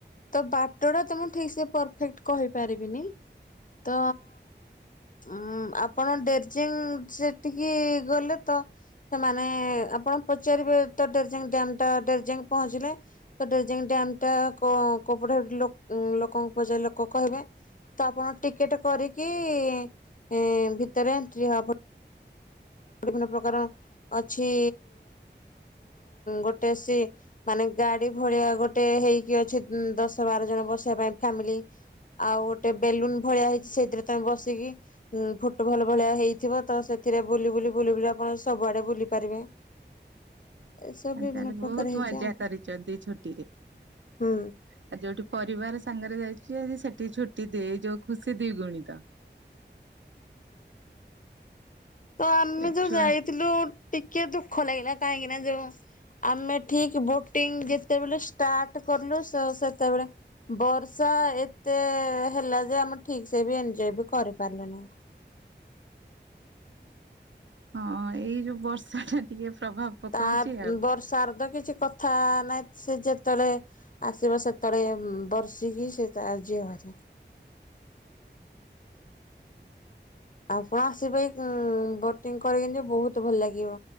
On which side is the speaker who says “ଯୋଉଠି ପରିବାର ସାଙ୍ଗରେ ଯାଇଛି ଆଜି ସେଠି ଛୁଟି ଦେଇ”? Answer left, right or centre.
Right